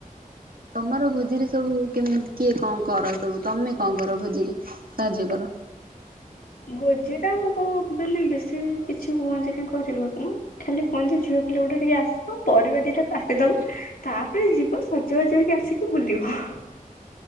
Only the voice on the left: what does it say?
ଭୋଜି ଟା ଆମକୁ ବ ବେଶୀ କିଛି କୁହନ୍ତିନି କରିବାକୁ ଖାଲି କୁହନ୍ତି ଝିଅ ପିଲା ଗୋଟେ ଟିକେ ଆସିବ ପରିବା ଦିଟା କାଟିଦବ ତାପରେ ଯିବ ସଜବାଜ ହେଇକି ଆସିକି ବୁଲିବ।